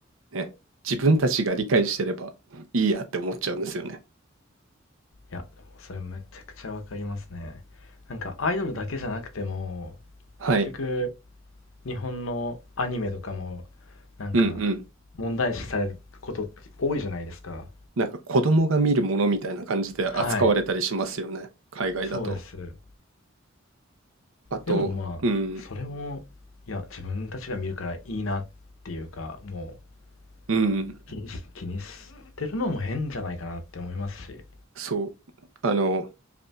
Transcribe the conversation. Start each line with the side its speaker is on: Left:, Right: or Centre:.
Right: ね、自分たちが理解してればいいやって思っちゃうんですよね。
Left: いや、でもそれめちゃくちゃわかりますね。なんかアイドルだけじゃなくても、
Right: はい。
Left: 結局、日本のアニメとかも、なんか、
Right: うんうん。
Left: 問題視されることって多いじゃないですか。
Right: なんか子供が見るものみたいな感じで扱われたりしますよね。
Left: はい。
Right: 海外だと。
Left: そうです。
Right: あと、
Left: でもまあ、
Right: うん、
Left: それも、いや、自分たちが見るからいいなっていうか、も
Right: うん。
Left: う、気にし、気にしてるのも変じゃないかなって思いますし。
Right: そう、あの、